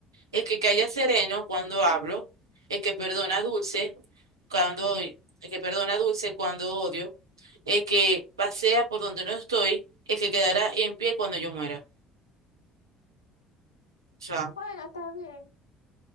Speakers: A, on the right; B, on the left.
A: el que calla sereno cuando hablo, el que perdona dulce cuando, el que perdona dulce cuando odio, el que pasea por donde no estoy, el que quedará en pie cuando yo muera. O sea,
B: Bueno, está bien.